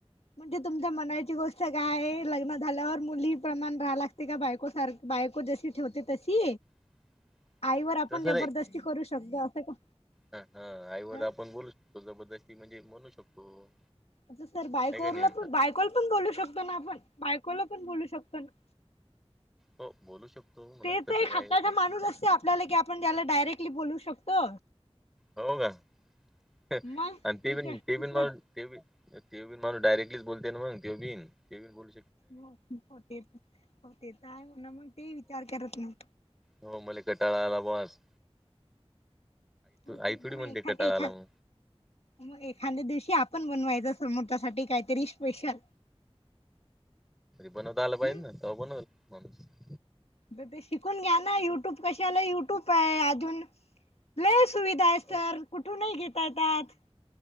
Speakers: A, on the left; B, in the centre.
A: म्हणजे तुमच्या म्हणायची गोष्ट काय आहे लग्न झाल्यावर मुली प्रमाण राहा लागते का बायकोसारख. बायको जशी ठेवते तशी
B: <inaudible>
A: आईवर आपण
B: तसं
A: जबरदस्ती करू शकतो असं का.
B: हा हा आईवर
A: ह
B: आपण बोलू शकतो जबरदस्ती म्हणजे म्हणू शकतो
A: तसं तर बायकोवरन
B: आहे का नाही?
A: पण बायकोला पण बोलू शकतो ना आपण बायकोला पण बोलू शकतो ना..
B: हो बोलू शकतो. म्हणा
A: ते
B: तसं
A: तर एक
B: काही
A: हक्काचा
B: नाही.
A: माणूस असते आपल्याला की आपण त्याला डायरेक्टली बोलू शकतो.
B: हो का
A: मग
B: आणि ती
A: दुसरं
B: पण ती पण
A: दुसरं
B: मग तेव बि तेव बीन माणूस डायरेक्टलीच बोलते ना मग ते बिन ते बी बोल
A: हो ते हो ते तर आहे म्हणा मग ते विचार करत नाय.
B: होऊ मला कटाळाला आला बुवा आज.
A: हो ते
B: आई थोडी
A: पण
B: म्हणते कटाळा आला मग
A: <unintelligible> मग एखाद्या दिवशी आपण बनवायचं समोरच्यासाठी काहीतरी स्पेशल.
B: बनवता आलं पाहिजे
A: हम्
B: ना तवा बनवण माणूस
A: तर ते शिकून घ्या ना युट्यूब कशाला युट्यूब आहे अजून लय सुविधा आहे सर
B: हो.
A: कुठूनही घेता येतात.